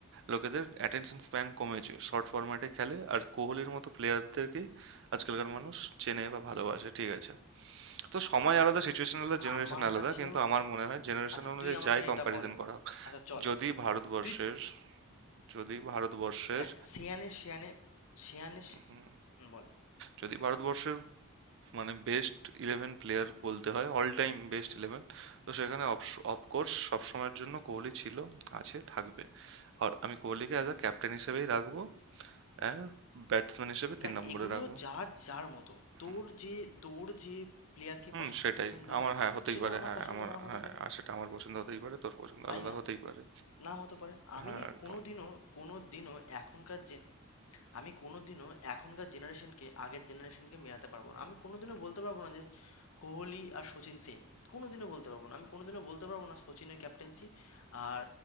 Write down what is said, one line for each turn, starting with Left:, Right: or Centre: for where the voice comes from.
Right: লোকেদের অ্যাটেনশন স্প্যান কমেছে শর্ট ফরম্যাটে খেলে আর কোহলির মতো প্লেয়ারদেরকেই আজকালকার মানুষ চেনে বা ভালোবাসে ঠিক আছে তো সময়
Left: দেখ
Right: আলাদা সিচুয়েশন আলাদা জেনারেশন
Left: আমার
Right: আলাদা
Left: কাছেও
Right: কিন্তু আমার মনে হয় জেনারেশন
Left: আচ্ছা
Right: অনুযায়ী
Left: তুই আমাকে
Right: যাই কম্প্যারিজন
Left: এটা বল
Right: করা হোক
Left: আচ্ছা চল
Right: যদি ভারতবর্ষের
Left: তুই
Right: যদি ভারতবর্ষের
Left: দেখ সেয়ানে সেয়ানে সেয়ানে সে-
Right: হুম,
Left: হুম বল
Right: যদি ভারতবর্ষের মানে বেস্ট ইলেভেন প্লেয়ার বলতে হয় অল টাইম বেস্ট ইলেভেন তো সেখানে অফকোর্স সবসময়ের জন্য কোহলি ছিল আছে থাকবে আর আমি কোহলিকে অ্যাজ আ ক্যাপ্টেন হিসেবেই রাখবো অ্যান্ড ব্যাটসম্যান হিসেবে তিন
Left: দেখ
Right: নম্বরে
Left: এগুলো
Right: রাখবো
Left: যার যার মতো তোর
Right: হুম
Left: যে তোর যে প্লেয়ারকে
Right: হুম,
Left: পছন্দ
Right: সেটাই। আমার হ্যাঁ, হতেই
Left: সেটা
Right: পারে।
Left: আমার
Right: হ্যাঁ,
Left: পছন্দ
Right: আমার
Left: না হতে
Right: হ্যাঁ,
Left: পারে
Right: আর সেটা আমার পছন্দ হতেই পারে, তোর পছন্দ
Left: তাই
Right: আলাদা
Left: না
Right: হতেই পারে।
Left: না হতে পারে। আমি
Right: হ্যাঁ, একদম।
Left: কোনোদিনও, কোনোদিনও এখনকার জেন আমি কোনোদিনও এখনকার জেনারেশনকে আগের জেনারেশনকে মেলাতে পারবো না। আমি কোনোদিনও বলতে পারবো না যে কোহলি আর সচিন সেম। কোনোদিনও বলতে পারবো না। আমি কোনোদিনও বলতে পারবো না সচিনের ক্যাপ্টেন্সি আর